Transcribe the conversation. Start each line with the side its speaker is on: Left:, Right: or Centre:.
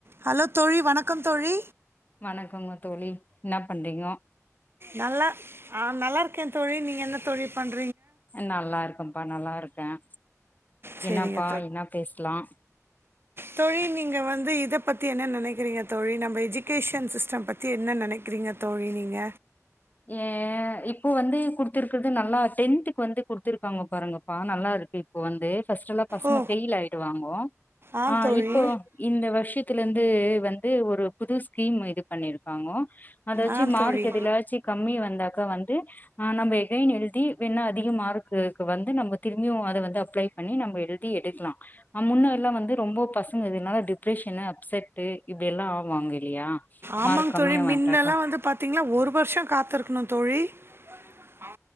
Right: hello தோழி வணக்கம் தோழி
Left: வணக்கங்க தோழி என்னா பண்றீங்கோ
Right: நல்லா ஆஹ் நல்லா இருக்கேன் தோழி நீ என்ன தோழி பண்
Left: நல்லா இருக்கேன்ப்பா நல்லா இருக்கேன்
Right: சரிங்க
Left: என்னப்பா என்ன பேசலாம்
Right: தோழி நீங்க வந்து இத பத்தி என்ன நெனைக்கிறீங்க தோழி நம்ம எஜுகேஷன் சிஸ்டம் பத்தி என்ன நெனைக்கிறீங்க தோழி நீங்க
Left: ஏன் இப்போ வந்து குடுடத்திருக்கிறது நல்லா டென்த்துக்கு வந்து குடுத்திருக்காங்க பாருங்கப்பா நல்லா இருக்கு இப்போ வந்து ஃபர்ஸ்ட் எல்லாம் பசங்க
Right: ஓ
Left: ஃபெயில் ஆயிடுவாங்கோ
Right: ஆ தோழி
Left: இப்போ இந்த வருஷத்துல இருந் வந்து வந்து ஒரு புது ஸ்கீம் இது பண்ணிருக்காங்கோ அதவச்சு
Right: ஆ
Left: மார்க்
Right: தோழி
Left: எதுலாச்சு மே வந்தாக்கா வந்து ஆஹ் நம்ம இதயும் எழுதி வேண்னா அதிகமார்க்குக்கு வந்து நம்ம திரும்பியும் அத வந்து அப்ளை பண்ணி நம்ம எழுதி எடுக்கலாம் முன்ன எல்லாம் வந்து ரொம்ப பசங்கனால டிப்ரெஷன் அப்செட் இப்படி எல்லாம் ஆவாங்க இல்லையா
Right: ஆமாங்
Left: மார்க் கம்மியா
Right: தோழி மின்
Left: வந்ட்டாக்கா
Right: எல்லாம் வந்து பாத்தீங்கன்னா ஒரு வருஷம் காத்திருக் தோழி ஆமா